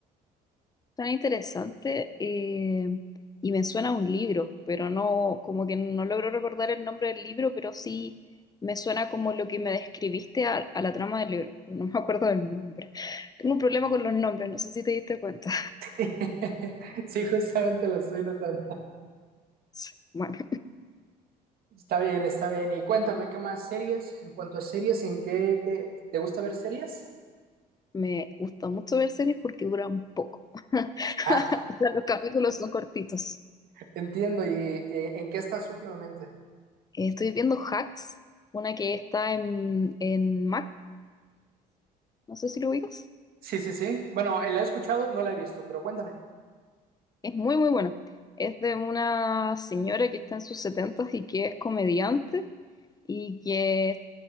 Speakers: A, on the left; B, on the right.
A: Suena interesante eh, y me suena a un libro, pero no, como que no logro recordar el nombre del libro, pero sí me suena como lo que me describiste a, a la trama del libro. No me acuerdo del nombre. <laughs> Tengo un problema con los nombres, no sé si te diste cuenta.
B: <laughs> Sí, justamente lo estoy notando.
A: <laughs> Bueno,
B: Está bien, está bien. Y cuéntame, ¿qué más series? En cuanto a series, ¿en qué, qué- te gusta ver series?
A: me gusta mucho ver series porque duran poco. <laughs>
B: Ah,
A: O sea, los capítulos son cortitos.
B: <laughs> entiendo. ¿Y eh, en qué estás últimamente?
A: Eh, Estoy viendo Hacks, una que está en, en Max. No sé si lo ubicas.
B: Sí, sí, sí. Bueno, eh, la he escuchado, no la he visto, pero cuéntame.
A: Es muy, muy bueno. Es de una señora que está en sus setentas y que es comediante y que